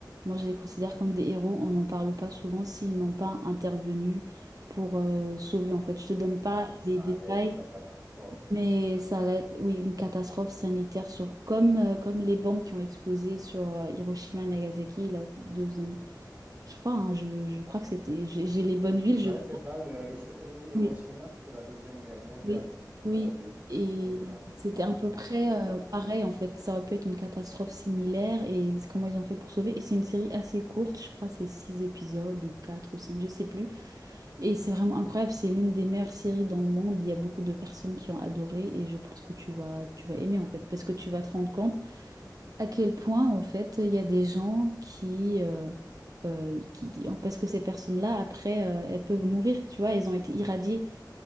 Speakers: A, on the right; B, on the right.
A: Moi, je les considère comme des héros. On n'en parle pas souvent s'ils n'ont pas intervenu pour euh, sauver, en fait. Je te donne
B: Ça,
A: pas
B: ça
A: les détails.
B: allait être la catastrophe.
A: Mais ça allait être, oui, une catastrophe sanitaire sur, comme, euh, comme les bombes qui ont explosé sur euh, Hiroshima et Nagasaki, la deuxième. Je crois, hein, je, je crois que c'était. J'ai j'ai les bonnes villes,
B: Ouais,
A: je crois.
B: c'est ça. le Hirosh- Hiroshima,
A: Oui.
B: c'était la Deuxième Guerre mondiale.
A: Oui,
B: C'était
A: oui.
B: euh, les États-Unis
A: Et
B: euh,
A: c'était à peu
B: contre
A: près
B: le Japon.
A: euh, pareil en fait. Ça aurait pu être une catastrophe similaire et c'est comment ils ont fait pour sauver. Et c'est une série assez courte, je crois c'est six épisodes ou quatre ou cinq, je sais plus. Et c'est vraiment incroyable, c'est l'une des meilleures séries dans le monde. Il y a beaucoup de personnes qui ont adoré et je pense que tu vas, tu vas aimer en fait parce que tu vas te rendre compte à quel point en fait il y a des gens qui, euh, euh, qui, qui- parce que ces personnes-là après euh, elles peuvent mourir, tu vois, elles ont été irradiées.